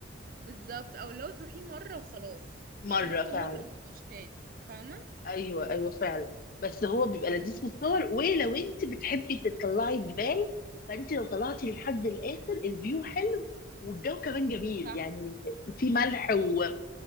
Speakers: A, on the right; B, on the left.
A: بالظبط او لو تروحيه مره وخلاص
B: مره
A: يعني انا رحت
B: فعلا
A: مره وما رحتوش تاني فاهمه
B: ايوه ايوه فعلا بس هو بيبقى لذيذ
A: بس
B: في الصور ولو انت بتحبي تطلعي الجبال فانت لو طلعتي لحد الاخر الفيو حلو والجو كمان جميل
A: صح
B: يعني في ملح و...